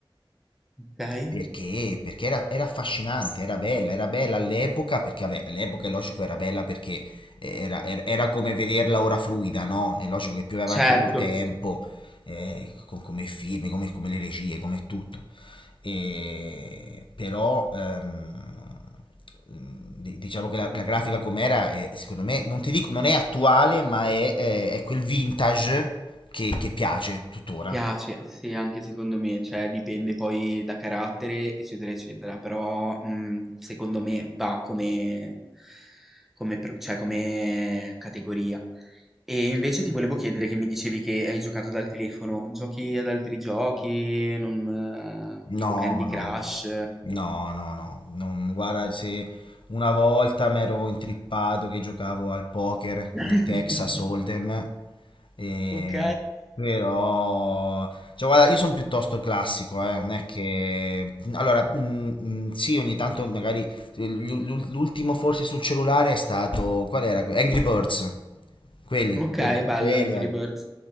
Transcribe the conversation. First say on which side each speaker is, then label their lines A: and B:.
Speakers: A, in the centre; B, on the left.
A: Ok?
B: Perché? Perché era, era affascinante, era bella, era bella all'epoca, perché vabbè, all'epoca è logico era bella perché era, era- era come vederla ora fluida, no? È logico che più vai avanti
A: Certo,
B: nel tempo, eh, co- come i film, come, come le regie, come tutto. E, però ehm, di- diciamo che la, la grafica com'era, è, secondo me, non ti dico, non è attuale, ma è, è- è quel vintage che, che piace tuttora.
A: piace, sì, anche secondo me, cioè dipende poi da carattere, eccetera, eccetera, però mm, secondo me va come, come pro- cioè, come categoria. E invece ti volevo chiedere che mi dicevi che hai giocato dal telefono, giochi ad altri giochi, non,
B: No,
A: eh, tipo Candy
B: no,
A: Crush?
B: no, no, no, non, guarda, se una volta mi ero intrippato che giocavo al poker
A: <laughs>
B: del Texas Hold'em, e-
A: Ok,
B: però, cioè guarda, io sono piuttosto classico, eh, non è che, allora, mm, mm, sì, ogni tanto magari, l'u- l'u- l'ultimo forse sul cellulare è stato, qual era? Angry Birds, quelli,
A: ok,
B: quelli,
A: bello
B: quelli,
A: Angry
B: eh.
A: Birds.